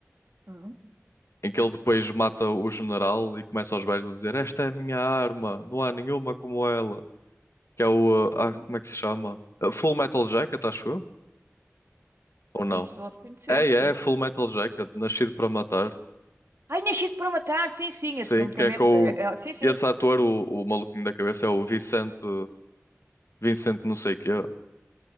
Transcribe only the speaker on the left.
em que ele depois mata o general e começa aos berros a dizer: Esta é a minha arma, não há nenhuma como ela. Que é o.
uh, Ah, como é que se chama? Uh, Full Metal Jacket, acho eu? Ou não?
É, é
Full Metal Jacket, Nascido para Matar.
Sim,
que
é com
o...
Esse ator, o, o maluquinho da cabeça, é o Vicente... Vicente não sei quê.